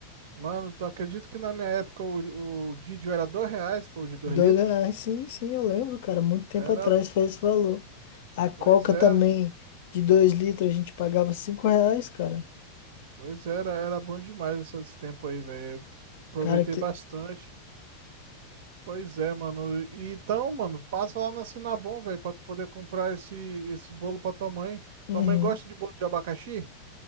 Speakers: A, on the right (about 70°); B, on the left (about 70°).
A: Mano, tu acredito que na minha época o, o Didio era dois reais, pô, de dois
B: Dois
A: litros?
B: reais, sim, sim, eu lembro, cara. Muito tempo
A: Era,
B: atrás foi esse valor. A Coca
A: pois é,
B: também, de dois litros, a gente pagava cinco reais, cara.
A: pois é, era, era bom demais esse esse tempo aí, velho. Aproveitei
B: Cara, que.
A: bastante. Pois é, mano. E Então, mano, passa lá na Sinabom, velho, pra tu poder comprar esse, esse bolo pra tua mãe.
B: Uhum.
A: Tua mãe gosta de bolo de abacaxi?